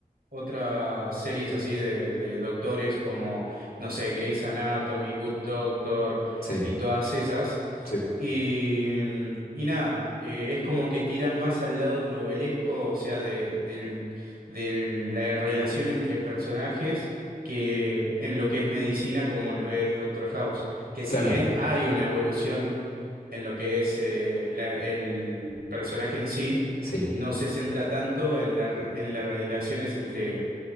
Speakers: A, on the right; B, on the left.
A: otras series así de, de doctores como, no sé, Grey's Anatomy, Good Doctor
B: Sí,
A: y todas esas.
B: sí.
A: Y, y nada, eh, es como que tiran más al lado novelesco, o sea, de, del- del- la relación entre personajes que en lo que es medicina como lo es Doctor House. Que si
B: Claro,
A: bien hay una evolución en lo que es eh, la- el personaje en sí,
B: sí.
A: no se centra tanto en la- en las relaciones entre,